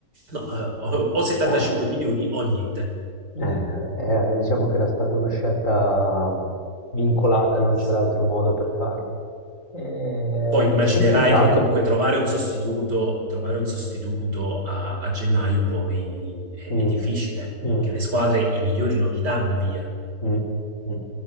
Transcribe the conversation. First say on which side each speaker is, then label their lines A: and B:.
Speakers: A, on the right (about 70°); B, on the left (about 45°).
A: No, eh, o o 75
B: Eh,
A: milioni o niente.
B: Eh, eh, diciamo che era stata una scelta vincolata,
A: Eh,
B: non
A: sì.
B: c'era altro modo per farlo. Eh,
A: Poi immaginerai
B: sì, peccato.
A: che comunque trovare un sostituto, trovare un sostituto a, a gennaio poi è,
B: Mm,
A: è difficile,
B: mm,
A: che le squadre i migliori non li danno via.
B: mm, mm.